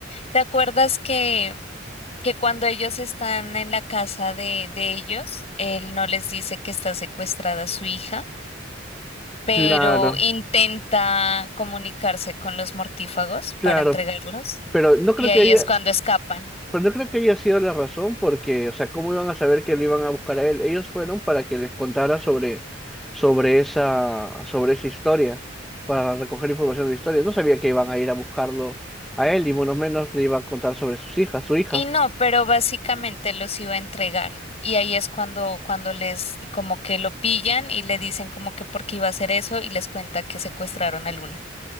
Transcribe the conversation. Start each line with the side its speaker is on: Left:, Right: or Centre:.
Left: ¿Te acuerdas que, que cuando ellos están en la casa de, de ellos, él no les dice que está secuestrada su hija, pero
Centre: Claro,
Left: intenta comunicarse con los mortífagos
Centre: claro,
Left: para entregarlos?
Centre: pero no
Left: Y
Centre: creo
Left: ahí
Centre: que haya,
Left: es cuando escapan.
Centre: pero no creo que haya sido la razón, porque, o sea, ¿cómo iban a saber que lo iban a buscar a él? Ellos fueron para que les contara sobre, sobre esa, sobre esa historia, para recoger información de la historia. No sabía que iban a ir a buscarlo a él, y menos menos le iba a contar sobre sus hijas, su hija.
Left: Y no, pero básicamente los iba a entregar. Y ahí es cuando, cuando les como que lo pillan y le dicen como que por qué iba a hacer eso y les cuenta que secuestraron a Luna.